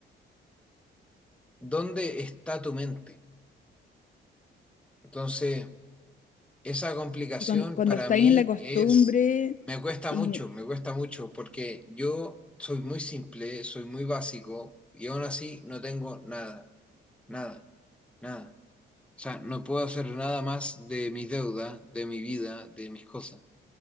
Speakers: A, in the centre; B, on the left.
A: ¿Dónde está tu mente? Entonces, Esa complicación
B: Y cuan- cuando
A: para
B: estáis
A: mí
B: en la costumbre,
A: es, me cuesta
B: y
A: mucho, me cuesta mucho, porque yo soy muy simple, soy muy básico y aún así no tengo nada, nada, nada. O sea, no puedo hacer nada más de mis deudas, de mi vida, de mis cosas.